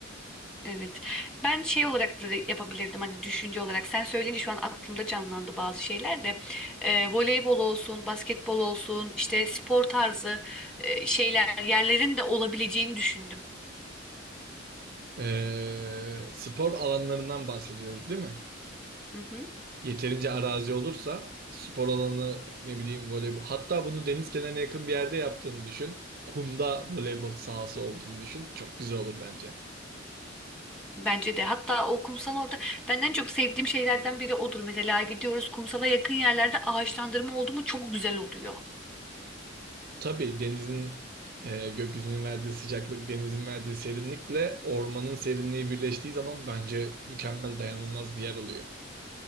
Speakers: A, in the centre; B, on the right.
A: Evet. Ben şey olarak da yapabilirdim hani düşünce olarak. Sen söyleyince şu an aklımda canlandı bazı şeyler de. Ee, voleybol olsun, basketbol olsun, işte spor tarzı e, şeyler, yerlerin de olabileceğini düşündüm.
B: Ee, spor alanlarından bahsediyoruz değil mi?
A: Hı hı.
B: Yeterince arazi olursa spor alanı ne bileyim voleybol. Hatta bunu deniz kenarına yakın bir yerde yaptığını düşün. Kumda voleybol sahası olduğunu düşün. Çok güzel olur bence.
A: Bence de. Hatta o kumsal orada ben en çok sevdiğim şeylerden biri odur. Mesela gidiyoruz kumsala yakın yerlerde ağaçlandırma oldu mu çok güzel oluyor.
B: Tabii denizin e, gökyüzünün verdiği sıcaklık, denizin verdiği serinlikle ormanın serinliği birleştiği zaman bence mükemmel dayanılmaz bir yer oluyor.